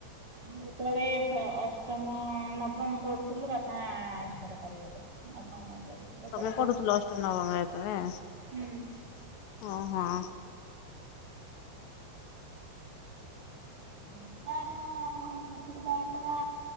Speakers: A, on the right; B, on the left.
A: ମୁଁ ଯେତେବେଳେ ସ ଅଷ୍ଟମ ନବମ ପଢୁଥିଲି ବାପା ଏକ୍ସପାଡ଼ କରିଗଲେ <unintelligible> ସେତେବେଳକୁ
B: ତମେ ପଢୁଥିଲ ଅଷ୍ଟମ ନବମରେ ତମେ
A: ହୁଁ।
B: ଓହୋ
A: <unintelligible> ସୁବିଧା ହେଲା